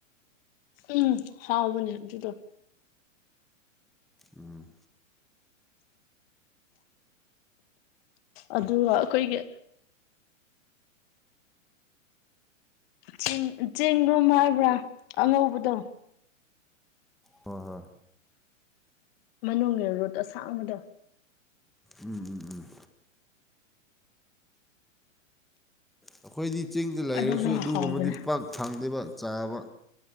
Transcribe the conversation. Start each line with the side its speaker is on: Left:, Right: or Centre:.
Left: ꯎꯝ ꯍꯥꯎꯕꯅꯦ ꯑꯗꯨꯗꯣ
Centre: ꯎꯝ
Left: ꯑꯗꯨꯒ ꯑꯩꯈꯣꯏꯒꯤ ꯆꯦꯡ ꯆꯦꯡꯗꯣ ꯍꯥꯏꯕ꯭ꯔꯥ ꯑꯉꯧꯕꯗꯣ
Centre: ꯍꯣꯏ ꯍꯣꯏ
Left: ꯃꯅꯨꯡ ꯔꯣꯠ ꯑꯁꯥꯡ ꯑꯃꯗ
Centre: ꯎꯝ ꯎꯝ ꯎꯝ ꯑꯩꯈꯣꯏꯗꯤ ꯆꯤꯡꯗ ꯂꯩꯔꯁꯨ
Left: ꯑꯗꯨꯁꯨ
Centre: ꯑꯗꯨꯒꯨꯝꯕꯗꯤ
Left: ꯍꯥꯎꯕꯅꯦ
Centre: ꯄꯥꯛ ꯐꯪꯗꯕ ꯆꯥꯕ